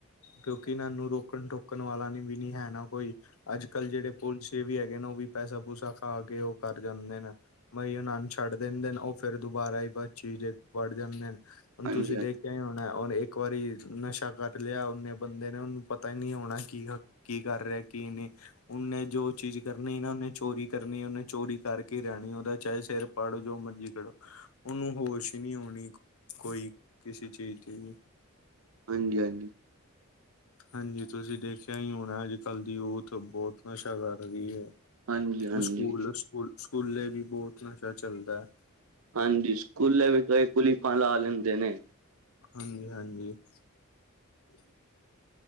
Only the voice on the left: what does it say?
ਕਿਉਂਕਿ ਨਾ ਇਹਨੂੰ ਰੋਕਣ ਟੋਕਣ ਵਾਲਾ ਨੀ ਵੀ ਨੀ ਹੈ ਨਾ ਕੋਈ। ਅੱਜ ਕੱਲ ਜਿਹੜੇ ਪੁਲਿਸ ਵੀ ਹੈਗੇ ਨੇ ਉਹ ਵੀ ਪੈਸਾ ਪੂਸਾ ਖਾ ਕੇ ਉਹ ਕਰ ਜਾਂਦੇ ਨੇ ਬਈ ਉਹਨਾ ਨੂੰ ਛੱਡ ਦਿੰਦੇ ਨੇ ਉਹ ਫੇਰ ਦੁਬਾਰਾ ਹੀ <unintelligible> ਜੇ ਪੜ ਜਾਂਦੇ ਨੇ। ਹੁਣ
ਤੁਸੀਂ
ਦੇਖਿਆ ਹੀ ਹੋਣਾ ਉਹ ਇੱਕ ਇੱਕ ਵਾਰੀ ਨਸ਼ਾ ਕਰ ਲਿਆ ਓਨੇ ਬੰਦੇ ਨੇ ਉਹਨੂੰ ਪਤਾ ਹੀ ਨਹੀ ਹੋਣਾ ਕੀ ਕੀ ਕਰ ਰਿਹਾ ਕੀ ਨਹੀਂ ਉਹਨੇ ਜੋ ਚੀਜ਼ ਕਰਨੀ ਨਾ ਉਹਨੇ ਚੋਰੀ ਕਰਨੀ ਉਹਨੇ ਚੋਰੀ ਕਰਕੇ ਰਹਿਣੀ ਉਹਦਾ ਚਾਹੇ ਸਿਰ ਪਾੜੋ ਜੋ ਮਰਜ਼ੀ ਕਰੋ ਉਹਨੂੰ ਹੋਸ਼ ਹੀ ਨਹੀ ਆਉਣੀ। ਕੋਈ ਕਿਸੇ ਚੀਜ਼ ਦੀ ਵੀ।
ਹਾਂਜੀ ਤੁਸੀਂ ਦੇਖਿਆ ਹੀ ਹੋਣਾ ਅੱਜ ਕੱਲ ਦੀ ਯੂਥ ਬਹੁਤ ਨਸ਼ਾ ਕਰ ਰਹੀ ਹੈ।
ਸਕੂਲ ਸਕੂਲ ਸਕੂਲੇ ਵੀ ਬਹੁਤ ਨਸ਼ਾ ਚੱਲਦਾ ਹੈ।
ਹਾਂਜੀ ਹਾਂਜੀ। <inaudible>